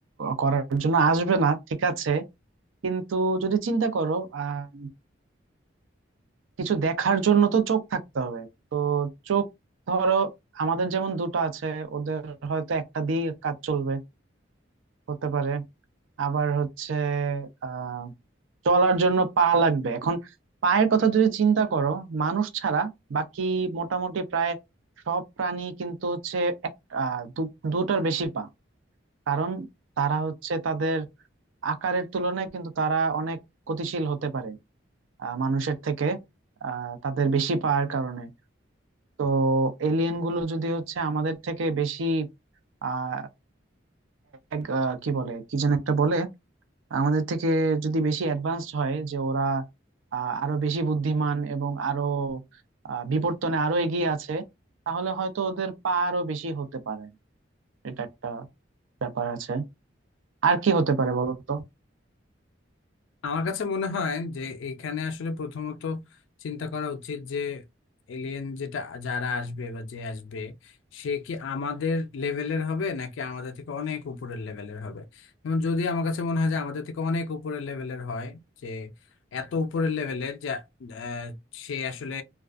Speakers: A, on the right; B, on the left.
A: করার জন্য আসবে না ঠিক আছে কিন্তু যদি চিন্তা করো আহ কিছু দেখার জন্য তো চোখ থাকতে হবে তো চোখ ধরো আমাদের যেমন দুটো আছে ওদের হয়তো একটা দিয়ে কাজ চলবে হতে পারে আবার হচ্ছে আহ চলার জন্য পা লাগবে এখন পায়ের কথা যদি চিন্তা করো মানুষ ছাড়া বাকি মোটামুটি প্রায় সব প্রাণী কিন্তু হচ্ছে এক আহ, দু- দুটার বেশি পা কারণ তারা হচ্ছে তাদের আকারের তুলনায় কিন্তু তারা অনেক গতিশীল হতে পারে আহ, মানুষের থেকে আহ তাদের বেশি পাওয়ার কারণে তো এলিয়েন গুলো যদি হচ্ছে আমাদের থেকে বেশি আহ এক আহ, কি বলে কি যেন একটা বলে আমাদের থেকে যদি বেশি অ্যাডভান্সড হয় যে ওরা আহ, আরো বেশি বুদ্ধিমান এবং আরো আহ, বিবর্তনে আরো এগিয়ে আছে তাহলে হয়তো ওদের পা আরো বেশি হতে পারে এটা একটা ব্যাপার আছে আর কি হতে পারে বলো তো
B: আমার কাছে মনে হয় যে এখানে আসলে প্রথমত চিন্তা করা উচিত যে এলিয়েন যেটা যারা আসবে বা যে আসবে সে কি আমাদের লেভেলের হবে নাকি আমাদের থেকে অনেক উপরের লেভেলের হবে যেমন যদি আমার কাছে মনে হয় যে আমাদের থেকে অনেক উপরের লেভেলের হয় যে এত উপরের লেভেলের যে আহ, সে আসলে